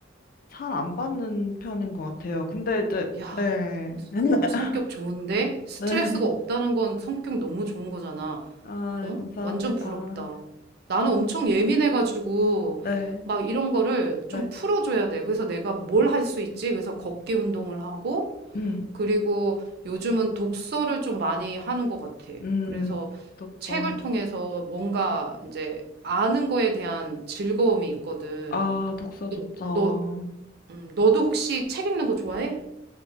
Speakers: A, on the left; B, on the right.
A: 잘 안 받는 편인 것 같아요. 근데 이제,
B: 야,
A: 네. <laughs>
B: 어, 성격 좋은데? 스트레스가
A: 네.
B: 없다는 건 성격 너무 좋은 거잖아.
A: 아,
B: 어?
A: 네, 감사합니다.
B: 완전 부럽다. 나는 엄청 예민해가지고,
A: 네.
B: 막 이런 거를
A: 네.
B: 좀 풀어줘야 돼. 그래서 내가 뭘 할 수 있지? 그래서 걷기 운동을 하고,
A: 음,
B: 그리고 요즘은 독서를 좀 많이 하는 것 같아.
A: 음,
B: 그래서
A: 독서.
B: 책을 통해서 뭔가 이제 아는 거에 대한 즐거움이 있거든.
A: 아, 독서 좋죠.
B: 너, 음, 너도 혹시 책 읽는 거 좋아해?